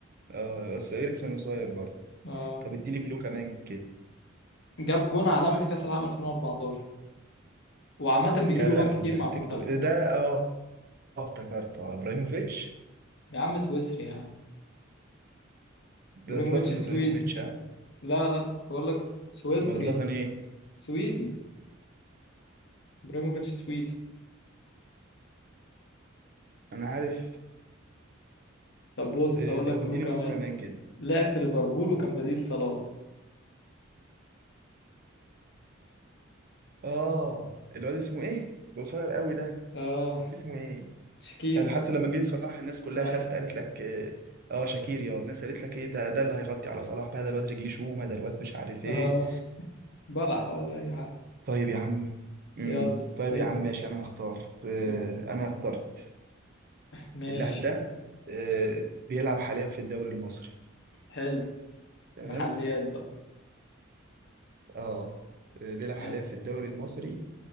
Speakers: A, on the right (about 45°); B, on the left (about 60°).
A: اه بس اريكسن قصير برضه
B: اه
A: طب اديني كلو كمان كده
B: جاب جون عالمي في كاس العالم 2014 وعامه بيجيب
A: يا
B: جوان
A: لهوي
B: كتير مع
A: هفتكره
B: المنتخب
A: ده ده اه آه، افتكرته ابراهيموفيتش
B: يا عم سويسري يا عم
A: ده
B: ابراهيموفيتش
A: زلاتان
B: سويدي
A: ابراهيموفيتش ها
B: لا لا بقول لك سويسري
A: ما زلاتان ايه
B: سويدي ابراهيموفيتش سويدي
A: انا عارف
B: طب بص
A: إيه
B: هقول
A: طب
B: لك كلو
A: اديني
B: كمان
A: كلو كمان كده
B: لعب في ليفربول وكان بديل صلاح
A: اه الواد اسمه ايه قصير قوي ده
B: اه
A: اسمه ايه
B: شكيري
A: ساعة حتى لما جه صلاح الناس كلها
B: اه
A: خافت قالت لك إيه، اه شاكير يا الناس قالت لك ايه ده ده اللي هيغطي على صلاح بقى ده الواد رجليه شومه ده الواد مش عارف
B: اه
A: ايه
B: بلح ولا اي حاجه
A: طيب يا عم امم
B: يلا
A: طيب
B: ابدا
A: يا عم ماشي انا هختار آه،
B: يلا
A: انا اخترت
B: ماشي
A: اللاعب ده آه، بيلعب حاليا في الدوري المصري
B: حلو
A: تمام
B: محليات بقى
A: اه آه، بيلعب
B: ماشي
A: حاليا في الدوري المصري